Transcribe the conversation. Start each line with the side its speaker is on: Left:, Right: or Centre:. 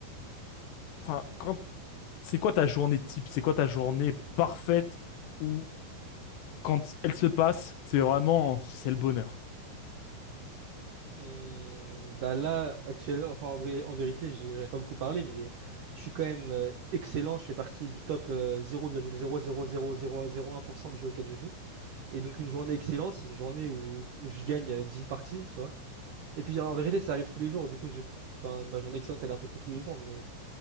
Left: Enfin, quand... c'est quoi ta journée type? C'est quoi ta journée parfaite où, quand elle se passe, c'est vraiment... c'est le bonheur?
Right: Hum, bah là, actuellement, enfin en vrai, en vérité, j'en ai pas beaucoup parlé, mais je suis quand même euh, excellent. Je fais partie du top euh, 0,00001% du jeu auquel je joue. Et donc une journée excellente, c'est une journée où, où je gagne euh, 10 parties, tu vois. Et puis en vérité, ça arrive tous les jours. Du coup, j'ai enfin, ma journée excellente, elle est à peu près tous les jours. Mais